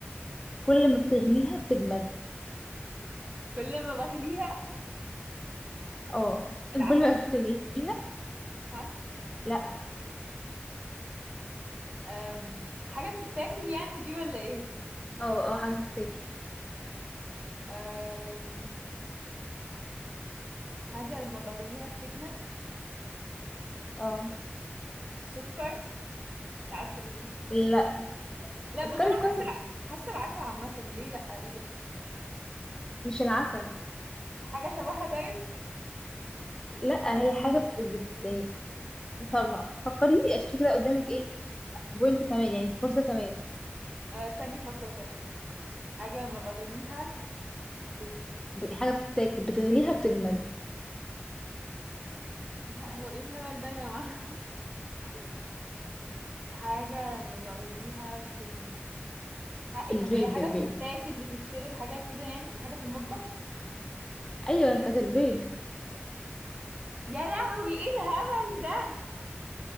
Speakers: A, on the left; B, on the right.
A: كل ما بتغليها بتجمد
B: كل ما بغليها
A: اه
B: العسل
A: كل ما بتغليها
B: عسل
A: لا
B: أم... حاجة بتتاكل يعني دي ولا ايه
A: اه اه حاجة بتتاكل
B: أم... حاجة لما بغليها بتجمد
A: اه
B: سكر مش عارفة ايه ده
A: لا
B: لا
A: فكري
B: بس انا
A: كويس
B: حاسة الع- حاسة العسل عامة ليه لا ايه ده
A: مش العسل
B: حاجة شبهها طيب
A: لا هي حاجة بت... بت... يعني طب فكري عشان كده قدامك ايه بوينت كمان يعني فرصة كمان
B: آه، استني فكرت ايه حاجة لما بغليها بت...
A: ب- حاجة بتتاكل بتغليها بتجمد
B: لا هو ايه الهبل ده يا جماعة <laughs> استني حاجة لما بغليها بتجمد حقي
A: البيض
B: طب هي حاجة
A: البيض
B: بتتاكل بتتشرب حاجة كده يعني حاجة في المطبخ
A: ايوه كانت البيض
B: يا لهوي ايه الهبل ده